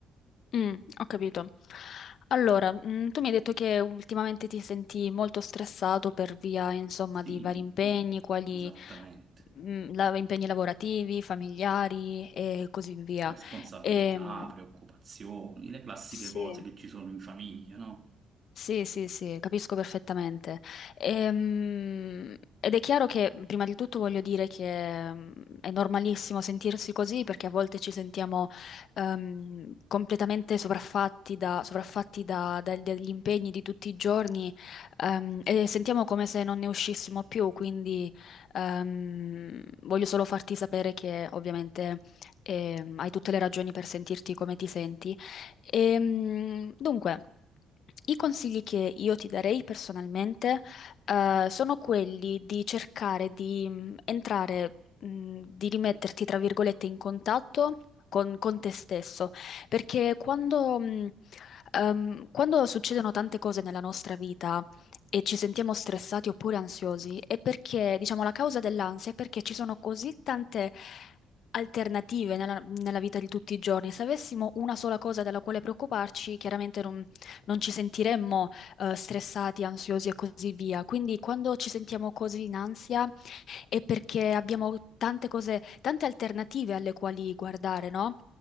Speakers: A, on the left; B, on the right.
A: Mm, ho capito. Allora, mm, tu mi hai detto che ultimamente ti senti molto stressato per via, insomma,
B: Sì,
A: di vari impegni, quali
B: esattamente.
A: mm, la- impegni lavorativi, familiari e così via.
B: Responsabilità,
A: Ehm,
B: preoccupazioni, le classiche
A: sì.
B: cose che ci sono in famiglia, no?
A: Sì, sì, sì, capisco perfettamente. Ehm, ed è chiaro che, prima di tutto, voglio dire che mm, è normalissimo sentirsi così perché a volte ci sentiamo ehm, completamente sovraffatti da, sovraffatti da- da- dagli impegni di tutti i giorni ehm, e sentiamo come se non ne uscissimo più. Quindi ehm, voglio solo farti sapere che ovviamente ehm, hai tutte le ragioni per sentirti come ti senti Ehm, dunque, i consigli che io ti darei personalmente, eh, sono quelli di cercare di mh, entrare, mh, di rimetterti, tra virgolette, in contatto con, con te stesso, perché quando, mh, ehm, quando succedono tante cose nella nostra vita, e ci sentiamo stressati oppure ansiosi è perché, diciamo, la causa dell'ansia è perché ci sono così tante alternative nella, nella vita di tutti i giorni. Se avessimo una sola cosa della quale preoccuparci, chiaramente non, non ci sentiremmo eh, stressati, ansiosi e così via. Quindi quando ci sentiamo così in ansia è perché abbiamo tante cose, tante alternative alle quali guardare, no?